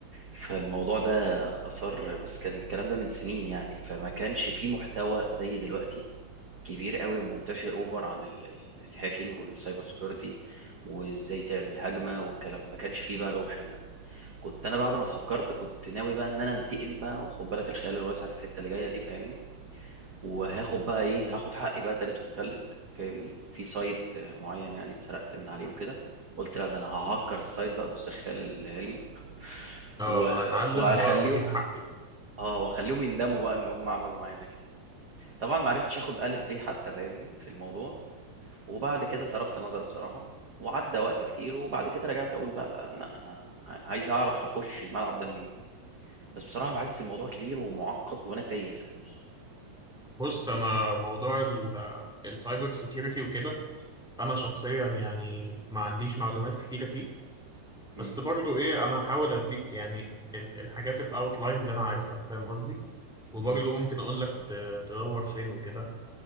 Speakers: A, on the right; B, in the centre.
A: فالموضوع ده اثر بس كان الكلام ده من سنين يعني فما كانش فيه محتوى زي دلوقتي كبير قوي ومنتشر اوفر عن ال- ال- الهاكينج والسايبر سيكيورتي وازاي تعمل هجمه والكلام ما كانش فيه بقى الاوبشن ده كنت انا بعد ما اتهكرت كنت ناوي بقى ان انا انتقم بقى وخد بالك الخيال الواسع في الحته اللي جايه دي فاهمني وهاخد بقى ايه هاخد حقي بقى تالت ومتلت فاهمني في سايت آه، معين يعني اتسرقت من عليه وكده قلت لا ده انا ههكر السايت بقى بص الخيال العلمي <laughs>
B: اه
A: و...
B: هتعلم
A: وهخليهم
B: و- واجيب حقي
A: اه واخليهم يندموا بقى ان هم عملوا معانا كده طبعا ما عرفتش اخد الف في حتى فاهمني في الموضوع وبعد كده صرفت نظر بصراحه وعدى وقت كتير وبعد كده رجعت اقول بقى لا لا، انا عايز اعرف هخش الملعب ده منين بس بصراحة بحس الموضوع كبير ومعقد وأنا تايه في النص
B: بص انا موضوع ال- السايبر سيكيورتي وكده انا شخصيا يعني ما عنديش معلومات كتيرة فيه
A: مم.
B: بس برضو ايه انا هحاول اديك يعني ال- الحاجات الاوتلاين اللي انا عارفها فاهم قصدي وبرضو
A: مم.
B: ممكن اقول لك ت- تدور فين وكده